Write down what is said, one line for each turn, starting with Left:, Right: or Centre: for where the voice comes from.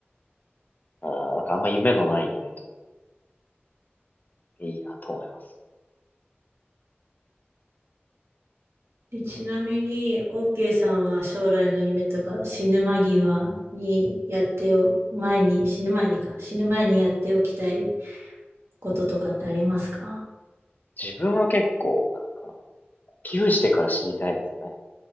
Left: あー、なんかあんま夢のない夢というか、いいなと思います。
Right: でちなみに、OK さんは将来の夢とか死ぬ間際にやってお、前に、死ぬ前にか、死ぬ前にやっておきたいこととかってありますか
Left: 自分は結構なんか、寄付してから死にたいですね。なんか